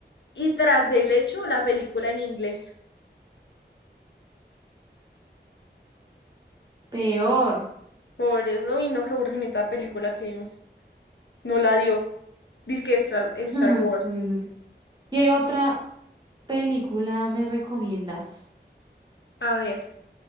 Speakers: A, on the left; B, on the right.
A: Y tras del hecho, la película en inglés.
B: Peor.
A: Por eso, y no, qué aburrimiento la película que vimos. No la dio. Dice que Star,
B: <laughs>
A: Star Wars.
B: No sé. ¿Qué otra película me recomiendas?
A: A ver.